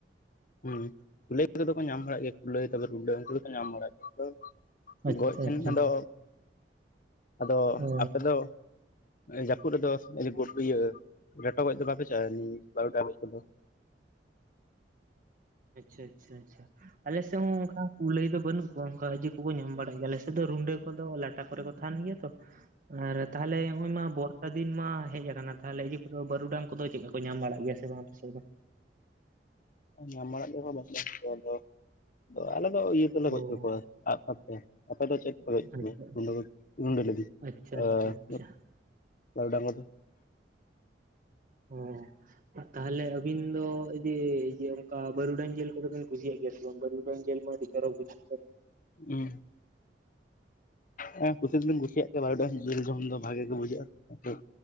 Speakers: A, on the left; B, on the right.
A: ᱦᱩᱸ ᱠᱩᱞᱟᱹᱭ ᱠᱚᱫᱚ ᱠᱚ ᱧᱟᱢ ᱵᱟᱲᱟᱜ ᱜᱮᱭᱟ ᱠᱩᱞᱟᱹᱭ ᱛᱟᱯᱚᱨ ᱨᱩᱰᱟᱹ ᱩᱱᱠᱩ ᱫᱚᱠᱚ ᱧᱟᱢ ᱵᱟᱲᱟᱜ ᱜᱮᱭᱟ ᱛᱳ᱾
B: ᱟᱪᱪᱷᱟ
A: ᱜᱚᱭᱡ ᱴᱷᱮᱱ
B: ᱟᱪᱪᱷᱟ
A: ᱟᱫᱚ ᱟᱫᱚ
B: ᱚ
A: ᱟᱯᱮ ᱫᱚ, ᱡᱟᱹᱯᱩᱫ ᱨᱮᱫᱚ ᱜᱩᱰ ᱤᱭᱟᱹ ᱞᱮᱴᱚ ᱜᱚᱭᱡ ᱫᱚ ᱵᱟᱯᱮ ᱪᱟᱞᱟᱜ-ᱟ, ᱵᱟᱹᱨᱩᱜᱰᱟᱝ ᱜᱚᱭᱡ ᱠᱚᱫᱚ,
B: ᱟᱪᱪᱷᱟ ᱟᱪᱪᱷᱟ ᱟᱪᱪᱷᱟ, ᱟᱞᱮᱥᱮᱜ ᱦᱚᱸ ᱚᱱᱠᱟ ᱠᱩᱞᱟᱹᱭ ᱫᱚ ᱵᱟᱹᱱᱩᱜ ᱠᱚᱣᱟ ᱚᱱᱠᱟ ᱤᱭᱟᱹ, ᱩᱱᱠᱩ ᱠᱚ ᱧᱟᱢ ᱵᱟᱲᱟᱜ ᱜᱮᱭᱟ ᱟᱞᱮᱥᱮᱫ ᱫᱚ ᱨᱩᱸᱰᱟᱹ ᱠᱚᱫᱚ ᱞᱟᱴᱟ ᱠᱚᱨᱮ ᱠᱚ ᱛᱟᱸᱦᱮᱱ ᱜᱮᱭᱟ ᱛᱚ᱾ ᱟᱨ ᱛᱟᱦᱚᱞᱮ ᱱᱚᱜᱼᱚᱭ ᱢᱟ ᱵᱚᱨ, ᱥᱟᱫᱤᱱ ᱢᱟ ᱦᱮᱜ ᱟᱠᱟᱱᱟ ᱛᱟᱦᱚᱞᱮ ᱤᱭᱟᱹ ᱠᱚᱫᱚ ᱵᱟᱹᱨᱩᱰᱟᱝ ᱠᱚᱫᱚ ᱪᱮᱫᱠᱟ ᱠᱚ ᱧᱟᱢ ᱵᱟᱲᱟᱜ ᱜᱮᱭᱟ ᱥᱮ ᱵᱟᱝ ᱟᱯᱮ ᱥᱮᱫ ᱫᱚ?
A: ᱧᱟᱢ ᱵᱟᱲᱟᱜ ᱜᱮᱭᱟ ᱠᱚ ᱵᱟᱹᱨᱩᱜᱰᱟᱝ ᱠᱚ ᱫᱚ ᱟᱞᱮ ᱫᱚ ᱤᱭᱟᱹ ᱛᱮᱞᱮ ᱜᱚᱡ
B: ᱚ
A: ᱦᱚᱪᱚ ᱠᱚᱣᱟ ᱟᱜ ᱥᱟᱨ ᱛᱮ, ᱟᱯᱮ ᱫᱚ ᱪᱮᱫ ᱛᱮᱯᱮ ᱜᱚᱭᱡ ᱠᱚ
B: ᱟᱪᱪᱷᱟ
A: ᱜᱮᱭᱟ <unintelligible> ᱨᱩᱸᱱᱰᱟᱹ ᱞᱟᱹᱜᱤᱛ
B: ᱟᱪᱪᱷᱟ ᱟᱪᱪᱷᱟ ᱟᱪᱪᱷᱟ
A: ᱚᱸ, ᱵᱟᱹᱨᱩᱜᱰᱟᱝ ᱠᱚ ᱫᱚ,
B: ᱦᱮᱸ, ᱛᱟᱦᱚᱞᱮ ᱟᱹᱵᱤᱱ ᱫᱚ ᱡᱮ ᱡᱮ ᱚᱱᱠᱟ ᱵᱟᱹᱨᱩᱰᱟᱝ ᱡᱮᱞ ᱠᱚᱫᱚ ᱵᱤᱱ ᱠᱩᱥᱤᱭᱟᱜ ᱜᱮᱭᱟ ᱥᱮ ᱵᱟᱝ ᱵᱟᱹᱨᱩᱰᱟᱝ ᱡᱮᱞ ᱢᱟᱱᱮ ᱠᱤ᱾ ᱪᱚᱨᱚᱠ ᱵᱩᱡᱷᱟᱹᱣᱟᱜ-ᱟ᱾
A: ᱦᱩᱸ, ᱦᱮᱸ ᱠᱩᱥᱤ ᱫᱚᱞᱤᱧ ᱠᱩᱥᱤᱭᱟᱜ ᱜᱮᱭᱟ ᱵᱟᱹᱨᱩᱜᱰᱟᱝ ᱡᱤᱞ ᱡᱚᱢ ᱫᱚ ᱵᱷᱟᱜᱮ ᱜᱮ ᱵᱩᱡᱷᱟᱹᱜ-ᱟ᱾